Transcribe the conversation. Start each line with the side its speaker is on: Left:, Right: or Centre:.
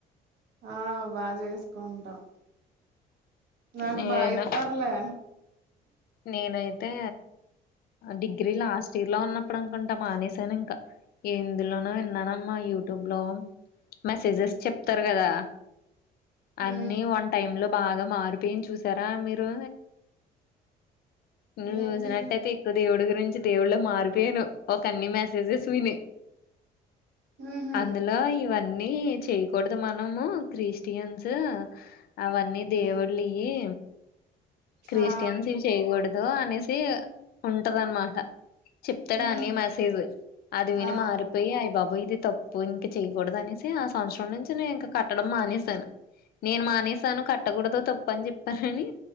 Right: ఆ బా చేసుకుంటాం నాకు
Left: నేను
Right: బాగా ఇత్తార్లే
Left: నేనైతే డిగ్రీ లాస్ట్ ఇయర్ లో ఉన్నప్పుడు అనుకుంటా మానేశాను ఇంక ఎందులోనో ఇన్నానమ్మా యూట్యూబ్ లో మెసేజెస్ చెప్తారు కదా
Right: ఉమ్
Left: అన్ని వన్ టైమ్ లో బాగా మారిపోయి చూసారా మీరు నువు
Right: ఏంటి
Left: చూసినట్టయితే ఇకు దేవుడి గురించి దేవులో మారిపోయాను ఒక అన్ని మెసేజెస్ విని
Right: ఉహు
Left: అందులో ఇవన్ నీ చేయకూడదు మనము క్రీస్టియన్సూ అవన్నీ దేవుళ్ళు
Right: ఉమ్
Left: య్యి క్రీస్టియన్స్
Right: ఆ
Left: ఇవి చేయకూడదు అనేసి ఉంటదన్నమాట చెప్తాడు
Right: ఉహు
Left: అన్ని మెసేజ్ అది విని
Right: ఆ
Left: మారిపోయి అయి బా ఇది తప్పు ఇంక చెయకూడదు అనేసి ఆ సంవత్సరం నుంచి నేను ఇంక క కట్టడం మానేశాను నేను మానేశాను కట్టకూడతో తప్పు అని చెప్పానని